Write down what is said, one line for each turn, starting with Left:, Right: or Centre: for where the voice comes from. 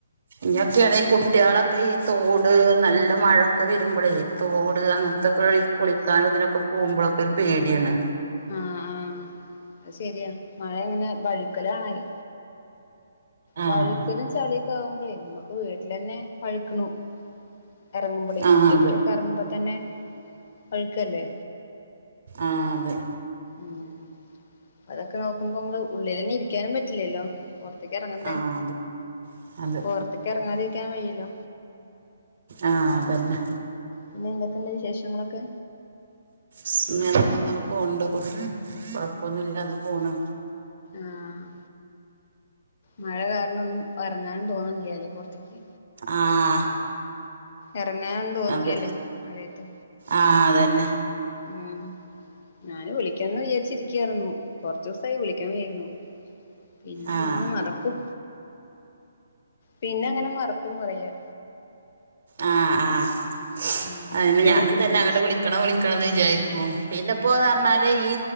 Right: ഞ്ഞൊക്കേണീ കുട്ട്യാളൊക്കെ ഈ തോട് നല്ല മഴൊക്കെ വരുമ്പളെ. തോട് അങ്ങൻത്തൊക്കെ ഈ കുളിക്കാനു തിനൊക്കെ പോകുമ്പൊളൊക്കെ ഒരു പേട്യാണ്.
Left: ആഹ് ആഹ് അയ് ശരിയാ മഴങ്ങനെ വഴുക്കലാണയി.
Right: ആഹ്
Left: വഴിക്കലും ചളിയൊക്കെ ആകുമ്പഴേ മ്മക്ക് വീട്ടിലന്നെ വഴിക്കണു. എറങ്ങുമ്പളെ
Right: ആഹ്
Left: മുറ്റത്ക്കൊക്കെ
Right: അതെ
Left: എറങ്ങുമ്പ തന്നെ വഴിക്കല്ലേ?
Right: ആഹ് ത്.
Left: ഉം അതൊക്കെ നോക്കുമ്പോ മ്മള് ഉള്ളിലന്നെ ഇരിക്ക്യാനും പറ്റില്ലല്ലോ. പൊർ- ത്ത് കെർങ്ങണ്ടേ
Right: ആഹ് അതെ അതെ
Left: പൊർത്കെർ ങ്ങാതിരിക്കാൻ വയല്ലോ.
Right: ആഹ് അതന്നെ.
Left: പിന്നെ എന്തൊക്കെണ്ട് വിശേഷങ്ങളൊക്കെ?
Right: സ് മെന്തങ്ങനെ പോണ്ട് കു കൊഴപ്പൊന്നുല്ലാതെ പോണ്.
Left: ആഹ് മഴ കാരണൊന്നും എർ ങ്ങാനും തോന്നുന്നില്ലല്ലേ പൊ റത്ത്ക്ക്.
Right: ആഹ്.
Left: എറങ്ങാനൊന്നും തോന്നുന്നില്ലല്ലോ
Right: അത്
Left: മഴയത്ത്.
Right: ആഹ് അതന്നെ.
Left: ഉം ഞാന് വിളിക്ക്യന്ന് വിചാരിച്ചിരിക്ക്യാരുന്നു കൊർ ച്ചുസായി വിളിക്ക്യാൻ വിചാരിക്കുണു. പിന്നെങ്ങനെ
Right: ആഹ്
Left: മറക്കും, പിന്നെങ്ങനെ മറക്കും പറയാ.
Right: ആഹ് ആഹ്
Left: ഉം
Right: അയ്ന്
Left: അപ്പളാ
Right: ഞാനും
Left: പിന്നെ ഇങ്ങട്
Right: തന്നെങ്ങട്ട്
Left: വിളിച്ചേ
Right: വിളി- ക്കണം വിളിക്കണംന്ന് വിചാരിക്കും പിന്നെപ്പോന്നർഞ്ഞാല് ഈ